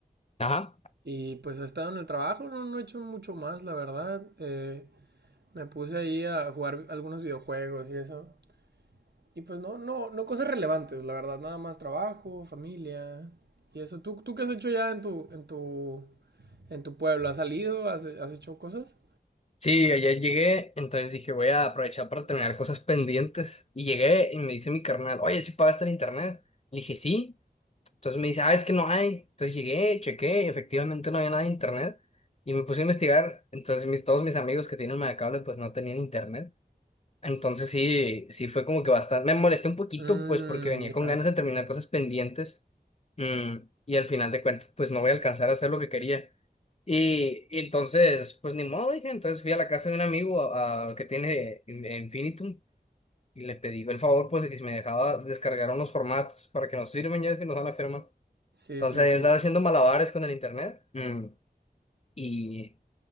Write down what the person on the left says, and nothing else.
Ajá.
Sí, ayer llegué, entonces dije, voy a aprovechar para terminar cosas pendientes. Y llegué y me dice mi carnal, oye, ¿sí pagaste el internet? Le dije, sí. Entonces me dice, ah, es que no hay. Entonces llegué, chequé, y efectivamente no había nada de internet. Y me puse a investigar. Entonces mis, todos mis amigos que tienen una cable, pues no tenían internet. Entonces sí, sí fue como que bastante, me molesté un poquito
pues porque venía
con ganas de terminar cosas pendientes mm, y al final de cuentas pues no voy a alcanzar a hacer lo que quería. Y, y entonces pues ni modo dije, entonces fui a la casa de un amigo a- a- que tiene In- Infinitum y le pedí el favor pues de que si me dejaba descargar unos formatos para que nos sirven ya es que nos van a firmar.
Entonces
ahí
andaba haciendo malabares con el internet mm, y,